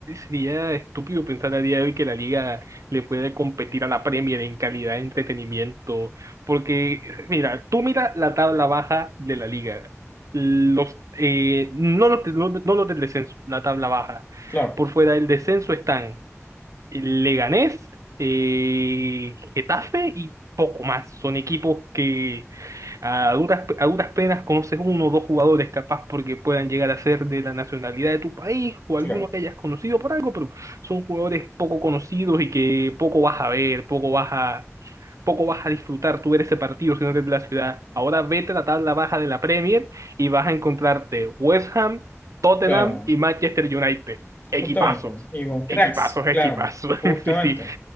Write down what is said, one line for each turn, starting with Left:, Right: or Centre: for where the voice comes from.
Right: sería estúpido pensar a día de hoy que la liga le puede competir a la Premier en calidad de entretenimiento. Porque, mira, tú mira la tabla baja de la liga. Los, eh, no los, de- no no los del descenso, la tabla baja.
Left: Claro,
Right: Por fuera del descenso están Leganés, eh, Getafe y poco más. Son equipos que a duras, a duras penas conoces uno o dos jugadores capaz porque puedan llegar a ser de la nacionalidad de tu país o
Left: claro,
Right: alguno que hayas conocido por algo, pero son jugadores poco conocidos y que poco vas a ver, poco vas a, poco vas a disfrutar tú ver ese partido si no eres de la ciudad. Ahora vete a la tabla baja de la Premier y vas a encontrarte West Ham, Tottenham
Left: claro,
Right: y Manchester United. Equipazos.
Left: justamente. Y con cracks,
Right: Equipazos,
Left: claro,
Right: equipazos.
Left: justamente,
Right: <laughs> Sí, sí.